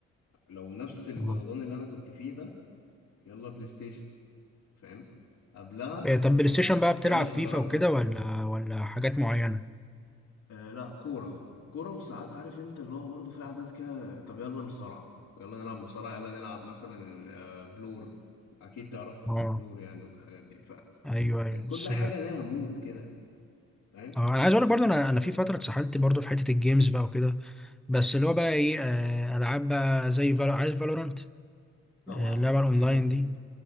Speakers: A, on the left; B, in the centre.
A: لو نفس الجدضان
B: آه.
A: اللي انا كنت فيه ده يلا بلاي ستيشن فاهم قبلها
B: إيه، طب
A: طب
B: بلاي
A: ما
B: ستيشن بقى بتلعب
A: يلا شطرنج
B: فيفا وكده ولا ولا حاجات معينة
A: آه لا كوره كوره وساعات عارف انت اللي هو برضه في عادات كده طب يلا مصارعه يلا نلعب مصارعه يلا نلعب مثلا ال- آه، بلور اكيد تعرف
B: اه
A: بلور يعني والحاجات دي
B: ايوه
A: فكل
B: ايوه السباق
A: حاجه لها مود كده فاهم
B: اه انا عايز اقول لك برضو انا انا في فتره اتسحلت برضو في حته الجيمز بقى وكده بس اللي هو بقى ايه آه، العاب بقى زي فالو عارف فالورانت
A: طبعا
B: آه، اللعبه الاونلاين
A: <laughs>
B: دي